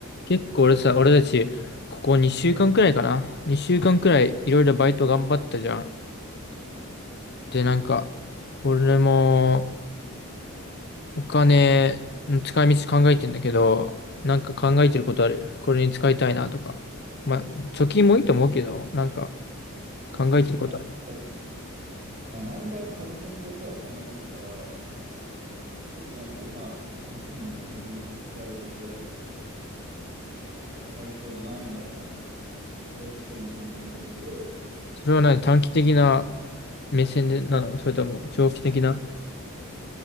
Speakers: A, on the left; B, on the right.
A: 結構俺さ、俺たち、ここ2週間くらいかな。2週間くらいいろいろバイト頑張ったじゃん。で、なんか、俺もお金の使い道考えてんだけど、なんか考えてることある。これに使いたいなとか。まあ、貯金もいいと思うけど、なんか考えてることある。
B: まあ、なんかまあ前から株の投資は考えてたから、ちょっとなんか今、試しに自分でちょっと調べて、これ上がりそうだな、みたいな、投資するの楽しいと思うけど、
A: それは何、短期的な目線でなのそれとも長期的な